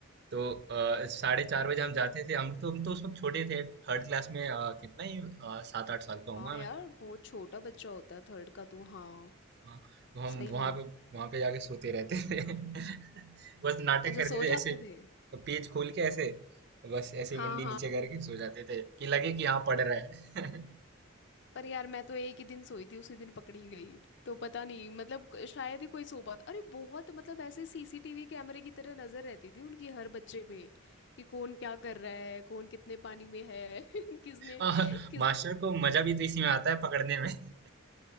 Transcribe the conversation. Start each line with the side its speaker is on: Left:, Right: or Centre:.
Right: तो अ, साढ़े चार बजे हम जाते थे हम तो हम तो उस वक्त छोटे थे थर्ड क्लास में अ, कितना ही अ, सात आठ साल का
Left: हाँ
Right: हूँ
Left: यार बहुत छोटा बच्चा होता है थर्ड का तू हाँ
Right: हाँ, तो हम
Left: सही
Right: वहां
Left: में
Right: पे वहां पे जाके सोते रहते थे <laughs> बस नाटक
Left: अच्छा
Right: करते
Left: सो
Right: थे
Left: जाते
Right: ऐसे
Left: थे
Right: तो पेज खोल के ऐसे बस ऐसे
Left: हाँ
Right: मुंडी
Left: हाँ
Right: नीचे करके सो जाते थे कि लगे कि हाँ पढ़ रहा है <laughs>
Left: पर यार मैं तो एक ही दिन सोई थी उसी दिन पकड़ी गई तो पता नहीं मतलब क- शायद ही कोई सो पाता अरे बहुत मतलब ऐसे सीसीटीवी कैमरे की तरह नजर रहती थी उनकी हर बच्चे पे कि कौन क्या कर रहा है कौन कितने पानी में है <laughs> किसने
Right: और
Left: किस
Right: मास्टर को मजा भी तो इसी में आता है पकड़ने में <laughs>